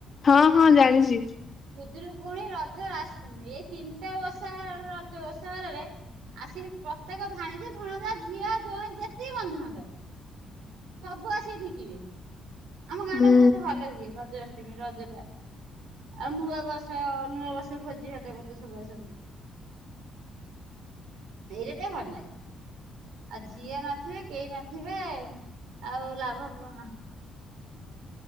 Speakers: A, on the left; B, on the right.
A: ହଁ ହଁ ଜାଣିଛି।
B: ଖୁଦରୁ କୁଣି ରଜ ରାହାସ ପୂର୍ଣ୍ଣିମା ଏଇ ତିନିଟା ଓଷା ରଜ ଓଷା ବାରରେ ଆସିକି ପ୍ରତ୍ୟେକ ଭାଡିଜି ଭଣଜା ଝିଅ ଯୋଇଁ ଯେତିକି ବନ୍ଧୁବାନ୍ଧବ ସବୁ ଆସି ଢିକିବେ ଆମ ଗାଁ
A: ହୁଁ।
B: ଟା ବହୁତ ଭଲ ହଏ ରଜ ଅଷ୍ଟମୀ ରଜ ଟା ଆଉ ନୂଆ ବର୍ଷ ନୂଆ ବର୍ଷକୁ ଭୋଜି ଭାତ କରିତେ ସବୁ ଆସନ୍ତି। ଏଇରା ଟିକେ ଭଲ ଲାଗେ। ଆଉ ଝିଅ ନଥିବେ କେହି ନଥିବେ ଆଉ ଲାଭ କଣ।